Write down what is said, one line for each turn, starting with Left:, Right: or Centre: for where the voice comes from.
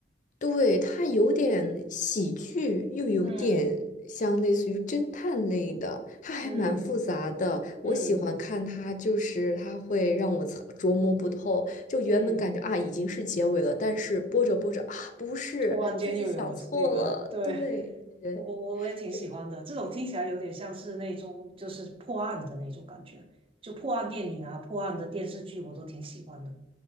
Left: 对，它有点喜剧，又有点像类似于侦探类的，
Right: 嗯
Left: 它还蛮复杂的。
Right: 嗯嗯
Left: 我喜欢看它，就是它会让我猜琢磨不透。就原本感觉啊已经是结尾了，
Right: 嗯，
Left: 但是播着播着啊不是，
Right: 突然间又有那个，
Left: 自己想错了。
Right: 对，
Left: 对对
Right: 我我我也挺喜欢的，
Left: 对，
Right: 这种听起来有点像是那种就是破案的那种感觉，就破案电影啊、破案的电视剧我都挺喜欢的。